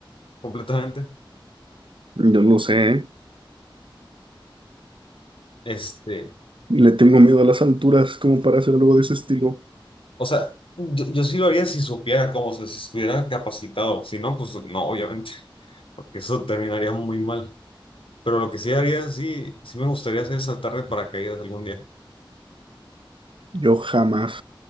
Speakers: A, on the left; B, on the right.
A: completamente.
B: Yo no lo sé, ¿eh?
A: Este,
B: Le tengo miedo a las alturas como para hacer algo de ese estilo.
A: o sea, yo, yo sí lo haría si supiera cómo, o sea, si estuviera capacitado. Si no, pues no, obviamente, <laughs> porque eso terminaría muy mal. Pero lo que sí haría, sí, sí me gustaría hacer es saltar de paracaídas algún día.
B: Yo jamás